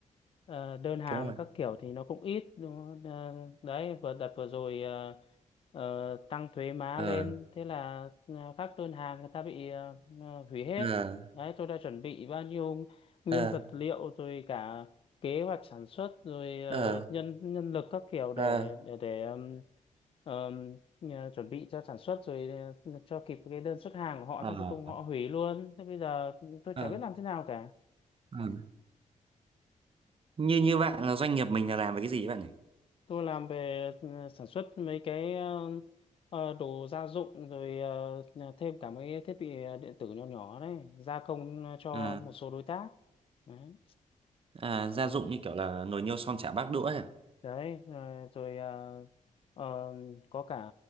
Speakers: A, on the left (about 40°); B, on the right (about 40°).
A: ờ, đơn hàng
B: Đúng rồi.
A: các kiểu thì nó cũng ít đúng không? Ờ, đấy vừa đợt vừa rồi ờ, ờ, tăng thuế má
B: Ờ,
A: lên thế là ờ, các đơn hàng người ta bị ờ, ờ, hủy hết.
B: ờ,
A: Đấy tôi đã chuẩn bị bao nhiêu nguyên
B: ờ,
A: vật liệu rồi cả kế hoạch sản xuất rồi ờ,
B: ờ,
A: nhân nhân lực các kiểu để
B: ờ,
A: để để ừm, ờm, ờ, chuẩn bị cho sản xuất rồi ờ, cho kịp cái đơn xuất hàng của họ
B: ờ,
A: xong cuối cùng họ hủy luôn thế bây giờ tôi
B: ờ,
A: chả biết làm thế nào cả
B: ờ. Như như bạn là doanh nghiệp mình là làm về cái gì ấy bạn nhỉ?
A: tôi làm về ừ, sản xuất mấy cái ờ, ờ, đồ gia dụng rồi ờ, thêm cả mấy cái thiết bị ờ, điện tử nhỏ nhỏ đấy gia công ờ, cho
B: Ờ,
A: một số đối tác đấy
B: à, gia dụng như kiểu là nồi niêu son chả bát đũa ấy. à?
A: đấy ờ, rồi ờ, ờ, có cả